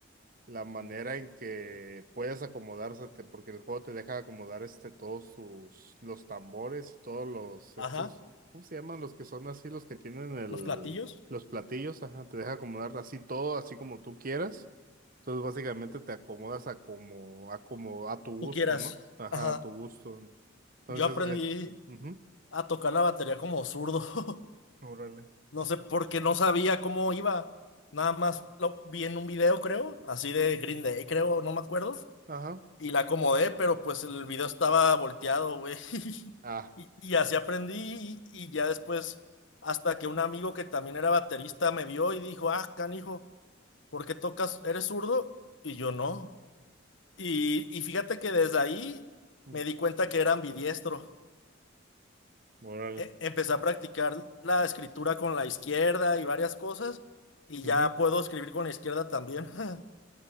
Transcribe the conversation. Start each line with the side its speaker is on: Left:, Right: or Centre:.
Right: la manera en que puedes acomodársete, porque el juego te deja acomodar este, todos tus, los tambores, todos los,
Left: Ajá,
Right: estos, ¿cómo se llaman? Los que son así, los que tienen el,
Left: los platillos.
Right: los platillos, ajá, te deja acomodar así todo, así como tú quieras. Entonces básicamente te acomodas a como, a como, a tu gusto,
Left: Tú quieras.
Right: ¿no? Ajá,
Left: Ajá.
Right: a tu gusto. Entonces,
Left: Yo aprendí
Right: eh, ujú,
Left: a tocar la batería como zurdo. <laughs>
Right: Órale.
Left: No sé, porque no sabía cómo iba. Nada más lo vi en un video, creo, así de Green Day, creo, no me acuerdo.
Right: ajá.
Left: Y la acomodé, pero pues el video estaba volteado, güey. <laughs>
Right: Ah,
Left: Y, y así aprendí. Y, y ya después, hasta que un amigo que también era baterista me vio y dijo, ah, canijo, ¿por qué tocas? ¿Eres zurdo? Y yo no. Y, y fíjate que desde ahí
Right: Ujú.
Left: me di cuenta que era ambidiestro.
Right: órale.
Left: e- empecé a practicar la escritura con la izquierda y varias cosas, y
Right: ujú.
Left: ya puedo escribir con la izquierda también. <laughs>